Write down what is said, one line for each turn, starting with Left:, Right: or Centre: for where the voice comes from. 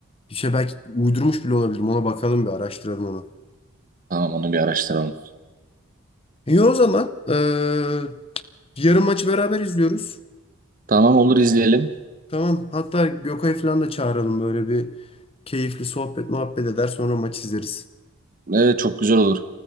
Left: bir şey belki uydurmuş bile olabilirim. Ona bakalım bir araştıralım onu.
Right: Tamam onu bir araştıralım.
Left: İyi o zaman eee yarın maçı beraber izliyoruz.
Right: Tamam olur izleyelim.
Left: Tamam. Hatta Gökay'ı falan da çağıralım böyle bir keyifli sohbet muhabbet eder sonra maç izleriz.
Right: Evet çok güzel olur.